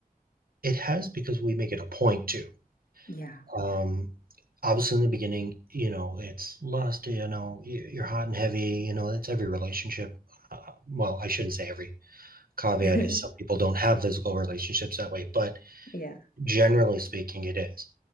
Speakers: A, on the right; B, on the left.
A: It has because we make it a point to.
B: Yeah.
A: Um, obviously, in the beginning, you know, it's lust, you know, you're hot and heavy, you know, that's every relationship. Uh, well, I shouldn't say every. Caveat
B: <laughs>
A: is some people don't have physical relationships that way, but
B: Yeah.
A: generally speaking, it is.